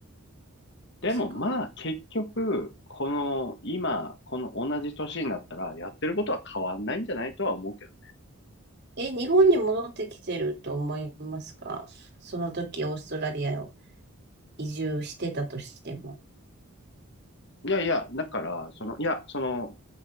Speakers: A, on the left; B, on the right.
A: でもまあ結局、
B: 確かに。
A: この今、この同じ年になったらやってることは変わんないんじゃないとは思うけど。
B: え、日本に戻ってきてると思いますかその時、オーストラリアを移住してたとしても。
A: いやいや、だから、その、いや、その、